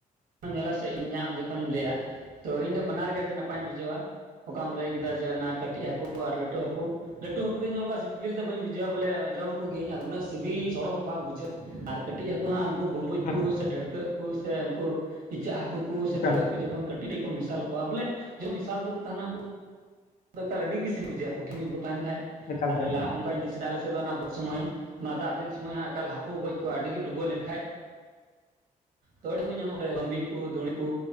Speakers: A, on the right (about 80°); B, on the left (about 65°).
A: ᱧᱮᱞᱟ ᱥᱮ ᱤᱧᱟᱜ ᱟᱢ ᱡᱚᱠᱷᱚᱱᱤᱧ ᱞᱟᱹᱭᱟ ᱛᱚ ᱤᱧ ᱫᱚ ᱵᱟᱱᱟᱨ ᱜᱮ ᱟᱹᱰᱤ ᱱᱟᱯᱟᱭᱤᱧ ᱵᱩᱡᱷᱟᱹᱣᱟ ᱚᱠᱟᱢ ᱞᱟᱹᱭ ᱠᱮᱫ ᱪᱮᱫᱟᱜ ᱡᱮ ᱚᱱᱟ ᱠᱟᱹᱴᱤᱡ ᱦᱟᱹᱠᱩ ᱟᱨ ᱞᱟᱹᱴᱩ ᱦᱟᱹᱠᱩ᱾ ᱞᱟᱹᱴᱩ ᱦᱟᱹᱠᱩ ᱫᱚ ᱤᱧ ᱦᱚᱸ ᱚᱱᱠᱟ ᱥᱤᱵᱤᱞ ᱫᱚ ᱵᱟᱹᱧ ᱵᱩᱡᱷᱟᱹᱣᱟ ᱵᱚᱞᱮ ᱡᱚᱢ ᱠᱚ ᱜᱤᱭᱟᱹᱧ ᱟᱫᱚ ᱩᱱᱟᱹᱜ ᱥᱤᱵᱤᱞ ᱥᱚᱲᱚᱢ ᱵᱟᱝ ᱵᱩᱡᱷᱟᱹᱜ। ᱟᱨ ᱠᱟᱹᱴᱤᱡ ᱦᱟᱹᱠᱩ ᱦᱟᱸᱜ ᱠᱩ ᱵᱩᱢᱵᱩᱡ
B: ᱦᱮᱸ
A: ᱠᱩ ᱥᱮ ᱰᱷᱟᱹᱲᱠᱟᱹᱜ ᱠᱩ ᱥᱮ ᱩᱱᱠᱩ ᱤᱪᱟᱹᱜ ᱦᱟᱹᱠᱩ ᱠᱚ ᱥᱮ
B: ᱮᱠᱟᱞ
A: ᱪᱚᱲᱜᱚᱡ ᱠᱚ ᱡᱚᱠᱷᱚᱱ ᱠᱟᱹᱴᱤᱡ ᱠᱟᱹᱴᱤᱡ ᱠᱚ ᱢᱮᱥᱟᱞ ᱠᱚᱣᱟ ᱵᱚᱞᱮ ᱡᱚ ᱢᱮᱥᱟᱞ ᱛᱮ ᱠᱚ ᱛᱟᱦᱮᱱᱟ ᱩᱱᱠᱩ ᱟᱫᱚ ᱮᱠᱟᱞ ᱟᱹᱰᱤ ᱜᱮ ᱥᱤᱵᱤᱞ ᱵᱩᱡᱷᱟᱹᱜᱼᱟ ᱯᱩᱴᱷᱤ ᱢᱤᱫ ᱠᱚ ᱛᱟᱦᱮᱱ ᱠᱷᱟᱡ
B: ᱮᱠᱟᱞ
A: ᱟᱨ
B: ᱮᱠᱟᱞ
A: ᱞᱟᱦᱟ ᱚᱱᱠᱟᱧ ᱫᱤᱥᱟᱹᱭᱟ ᱟᱞᱮ ᱥᱮᱫ ᱫᱚ ᱚᱱᱟ ᱵᱟᱹ ᱥᱚᱢᱚᱭ ᱚᱱᱟ ᱫᱟᱜ ᱫᱤᱱ ᱥᱚᱢᱚᱭ ᱦᱟᱸᱜ ᱮᱠᱟᱞ ᱦᱟᱠᱚ ᱠᱚ ᱜᱚᱡ ᱠᱚᱣᱟ ᱟᱹᱰᱤ ᱜᱮ ᱰᱩᱵᱟᱹ ᱞᱮᱱ ᱠᱷᱟᱡ ᱛᱟᱹᱲ ᱠᱚ ᱧᱟᱢᱚᱜ ᱨᱮ ᱵᱟᱹᱢᱵᱤ ᱠᱚ ᱫᱩᱬᱤ ᱠᱚ